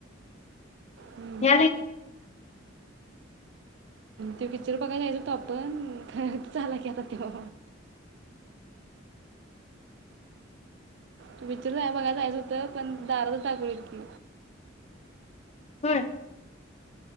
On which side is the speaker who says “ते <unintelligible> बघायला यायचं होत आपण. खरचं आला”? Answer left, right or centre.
Right